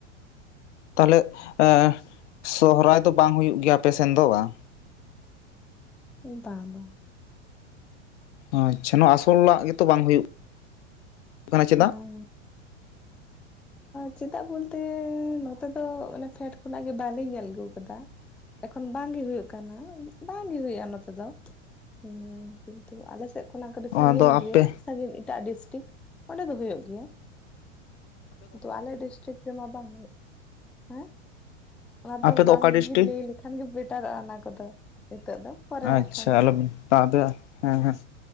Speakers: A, on the left; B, in the centre.
A: ᱛᱟᱦᱚᱞᱮ ᱮᱸ ᱥᱚᱦᱚᱨᱟᱭ ᱫᱚ ᱵᱟᱝ ᱦᱩᱭᱩᱜ ᱜᱮᱭᱟ ᱟᱯᱮ ᱥᱮᱱ ᱫᱚ ᱵᱟᱝ
B: ᱵᱟᱝ ᱵᱟᱝ
A: ᱟᱪᱪᱷᱟ ᱱᱚᱣᱟ ᱟᱥᱚᱞᱟᱜ ᱜᱮᱛᱚ ᱵᱟᱝ ᱦᱩᱭᱩᱜ ᱠᱟᱱᱟ ᱪᱮᱫᱟᱜ
B: ᱵᱟᱝ ᱪᱮᱫᱟᱜ ᱵᱚᱞᱛᱮᱻ ᱱᱚᱛᱮ ᱫᱚ ᱚᱱᱮ ᱯᱷᱮᱰ ᱠᱷᱚᱱᱟᱜ ᱜᱮ ᱵᱟᱞᱤᱧ ᱧᱮᱞ ᱟᱹᱜᱩ ᱟᱠᱟᱫᱟ ᱮᱠᱷᱚᱱ ᱵᱟᱝᱜᱮ ᱦᱩᱭᱩᱜ ᱠᱟᱱᱟ ᱵᱟᱝᱜᱮ ᱦᱩᱭᱩᱜᱼᱟ ᱱᱚᱛᱮ ᱫᱚ ᱦᱩᱸ ᱠᱤᱱᱛᱩ ᱟᱞᱮ ᱥᱮᱫᱼᱼ ᱚᱱᱟ ᱠᱚᱫᱚ
A: ᱟᱫᱚ
B: ᱥᱟᱹᱜᱤᱱ
A: ᱟᱯᱮ
B: ᱜᱤᱭᱟ ᱥᱟᱹᱜᱤᱱ ᱮᱴᱟᱜ ᱰᱤᱥᱴᱤᱠ ᱚᱸᱰᱮ ᱫᱚ ᱦᱳᱭᱳᱜ ᱜᱮᱭᱟ ᱾ ᱫᱚ ᱟᱞᱮ ᱰᱤᱥᱴᱤᱠ ᱨᱮᱢᱟ ᱵᱟᱝ ᱦᱩᱭᱩᱜ ᱦᱮᱸ ᱚᱱᱟ
A: ᱟᱯᱮ
B: ᱫᱚ ᱵᱟᱝᱜᱤ
A: ᱚᱠᱟ ᱰᱤᱥᱴᱤᱠ
B: ᱞᱟᱹᱭ ᱞᱮᱠ ᱠᱷᱟᱱ ᱜᱮ ᱵᱮᱴᱟᱨᱚᱜᱼᱟ ᱚᱱᱟ ᱠᱚᱫᱚ ᱱᱤᱛᱚᱜ ᱫᱚ ᱯᱚᱨᱮ
A: ᱟᱪᱪᱷᱟ
B: ᱱᱟᱠᱷᱟᱱ
A: ᱟᱞᱚ <unintelligible> ᱟᱫᱚ ᱦᱮᱸ ᱦᱟᱸᱜ